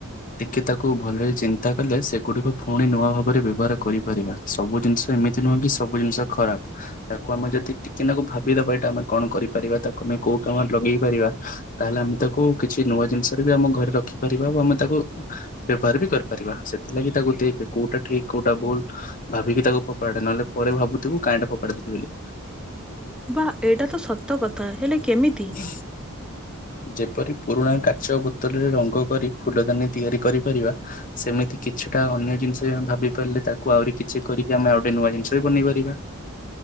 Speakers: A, on the left; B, in the centre.
A: ଟିକେ ତାକୁ ଭଲରେ ଚିନ୍ତା କଲେ ସେଗୁଡ଼ିକ ପୁଣି ନୂଆ ଭାବରେ ବ୍ୟବହାର କରିପାରିବା। ସବୁ ଜିନିଷ ଏମିତି ନୁହଁ କି ସବୁ ଜିନିଷ ଖରାପ। ତାକୁ ଆମେ ଯଦି ଟିକେନାକୁ ଭାବିଦବା ଏଇଟା ଆମେ କଣ କରିପାରିବା ତାକୁ ଆମେ କୋଉ କାମ ଲଗେଇ ପାରିବା ତାହେଲେ ଆମେ ତାକୁ କିଛି ନୂଆ ଜିନିଷରେ ବି ଆମ ଘରେ ରଖିପାରିବା ଓ ଆମେ ତାକୁ ବ୍ୟବହାର ବି କରିପାରିବା ସେଥିଲାଗି ତାକୁ ଦେକେ କୋଉଟା ଠିକ୍ କୋଉଟା ଭୁଲ ଭାବିକି ତାକୁ ଫୋପାଡ଼େ ନହେଲେ ପରେ ଭାବୁଥିବୁ କାଇଁ ଏଟା ଫୋପାଡ଼ି ଦେଲି ବୋଲି।
B: ବାଃ ଏଇଟା ତ ସତ କଥା ହେଲେ କେମିତି?
A: ହ <inaudible> ଯେପରି ପୁରୁଣା କାଚ ବୋତଲରେ ରଙ୍ଗ କରି ଫୁଲ ଦାନି ତିଆରି କରିପାରିବା ସେମିତି କିଛିଟା ଅନ୍ୟ ଜିନିଷ ବି ଆମେ ଭାବି ପାରିଲେ ତାକୁ ଆଉରି କିଛି କରିକି ଆମେ ଆଉ ଓଟେ ନୂଆ ଜିନିଷ ବି ବନେଇ ପାରିବା।